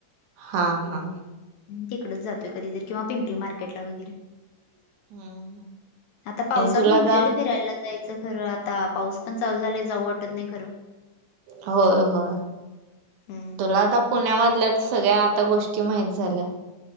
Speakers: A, on the right; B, on the left.
A: हा हा.
B: तिकडेच जातय कधी किवा पिंपरी मार्केटला वगैरे.
A: हम्म
B: आता पावसात
A: हे तुला
B: म्हटलेले
A: का
B: फिरायला जायच. खरं आता पाऊस पण चालू झालाय जाऊ वाटत नाही खरे.
A: होय होय
B: हम्म.
A: तुला आता. पुण्यामधल्या सगळ्या आता गोष्टी माहित झाल्या.